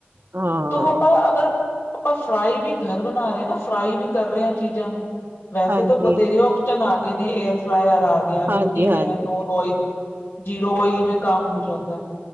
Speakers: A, on the right (about 60°); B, on the left (about 70°).
A: ਹਾਂ
B: ਤੂੰ ਆਪਾਂ ਅਗਰ, ਆਪਾਂ ਫਰਾਈ ਵੀ ਘਰ ਬਣਾ ਰਹੇ ਹਾਂ ਨਾ, ਫਰਾਈ ਵੀ ਕਰ ਰਹੇ ਹਾਂ ਚੀਜ਼ਾਂ ਨੂੰ। ਵੈਸੇ
A: ਹਾਂਜੀ
B: ਤਾਂ ਬਤੇੇਰੇ ਓਪਸ਼ਨ ਆ। ਨੇ ਏਅਰ ਫਰਾਈ ਆ ਗਿਆ ਵੀ
A: ਹਾਂਜੀ
B: ਠੀਕ
A: ਹਾਂਜੀ
B: ਹੈ, ਨੋ ਨੋਇਲ ਜੀ। ਰੋਇਲ ਮੈਂ ਕੰਮ ਹੋ ਜਾਤਾ ਹੈ।